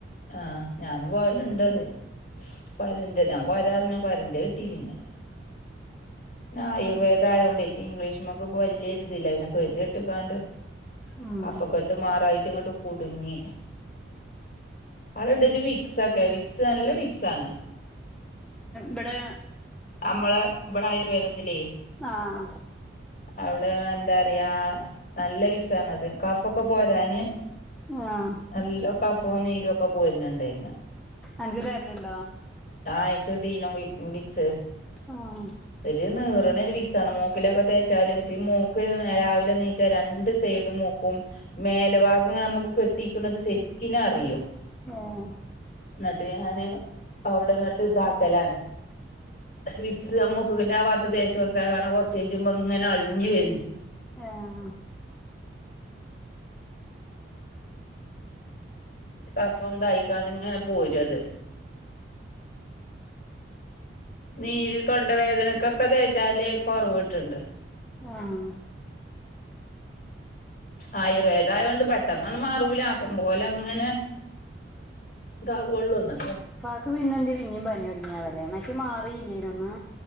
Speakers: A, on the left (about 40°); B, in the centre.
A: ആഹ്. ഞാനും പോവല്ണ്ടത് കൊരന്റെ താ ഞാ കൊരാർഞ്ഞു കൊരന്റെ കിട്ടീ <unintelligible> ഞാ ആയുർവേദായോണ്ടെ ഇംഗ്ലീഷ്മക്ക്പ്പൊ വല്ല്യോര്തില്ല. പിന്നെപ്പൊ കെതിയെട്ട്ങ്ങാണ്ട്
B: ഉം
A: കഫകെട്ട് മാറായിട്ട്ങ്ങട്ട് കുട്ങ്ങി. അവ്ടെണ്ടൊരു വിക്സൊക്കെ. വിക്സ് നല്ല വിക്സാണ്.
B: വടേ
A: അമ്മളെ ബടെ ആയുർവേദത്തിലേ
B: ആഹ്
A: അവ്ടെ എന്താറിയാ നല്ല വിക്സാണത്. കഫൊക്കെ പോരാന്
B: ആഹ്
A: നല്ലൊ കഫും നീരൊക്കെ പോര്ന്ണ്ടയ്മ്മെ
B: അൻക്ക് തര്ല്ണ്ടോ?
A: <unintelligible> വിക് വിക്സ്
B: ആഹ്
A: ഒരു നീർണ ഒരു വിക്സാണ്. മൂക്കിലൊക്കെ തേച്ചാല് ച്ച് മൂക്ക്ല് നേ രാവിലെ നീച്ചാൽ രണ്ട് സ് സൈഡും മൂക്കും. മേലഭാഗങ്ങനെ അമുക്ക് കെട്ടിക്ക്ണത് സെരിക്കിനറിയും.
B: ഏഹ്
A: ന്നട്ട് ഞാന് അവിടെന്നിട്ട്താക്കലാണ് വിക്സ് ആ മൂക്ക്കിന്റെ ആ ഭാത്ത് തേച്ചോട്ത്താ കാണാ കൊർച്ച് കെജ്ജുമ്പങ്ങനെ അളിഞ്ഞ് വര്ന്.
B: ഏഹ്
A: കഫംതായിക്കാണ്ട്ങ്ങനെ പോരും അത് നീര് തൊണ്ടവേദനക്കൊക്കെ തേച്ചാല് കൊറവ്ട്ട്ണ്ട്
B: ആഹ്
A: ആയുർവേദായോണ്ട് പെട്ടെന്നൊന്ന് മാറൂല. ആക്കം പോലെങ്ങനെ ദാ വൊള്ളോ ന്നാ
B: പ്പാക്ക് പിന്നെന്തേ പിന്നിം പനി ഒട്ങ്ങി ആവല്ലേ. മറ്റേ മാറില്ല്യേനൊ അന്ന്.